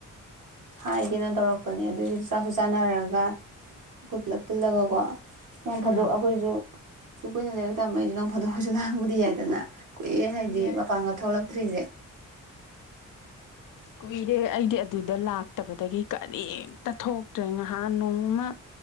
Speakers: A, on the right; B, on the left.
A: ꯍꯥꯏꯒꯦꯅ ꯇꯧꯔꯛꯄꯅꯦ ꯑꯗꯨꯑꯣꯏꯗꯨꯗꯤꯁꯨ ꯆꯥꯛꯁꯨ ꯆꯥꯅꯔꯒ ꯑꯩꯈꯣꯏ ꯄꯨꯂꯞ ꯄꯨꯜꯂꯒꯀꯣ ꯅ ꯐꯥꯗꯣꯛ
B: ꯎꯝ
A: ꯑꯩꯈꯣꯏꯁꯨ ꯁꯨ ꯀꯨꯏꯅꯥꯏꯛ ꯇꯝꯝꯕ ꯑꯩꯁꯦ ꯅꯣꯡ ꯐꯥꯗꯣꯛ ꯐꯁꯨ ꯂꯥꯡꯕꯗꯤ ꯌꯥꯏꯗꯅ ꯀꯨꯏꯦ ꯍꯥꯏꯗꯤ
B: ꯌꯥꯏ
A: ꯃꯄꯥꯡꯒ ꯊꯣꯛꯂꯛ ꯇ꯭ꯔꯤꯖꯦ
B: ꯀꯨꯏꯔꯦ ꯑꯩꯗꯤ ꯑꯗꯨꯗ ꯂꯥꯛꯇꯕꯗꯒꯤ ꯀꯔꯤꯝꯇ ꯊꯣꯛꯇ꯭ꯔꯦ ꯉꯍꯥꯟ ꯅꯣꯡꯃ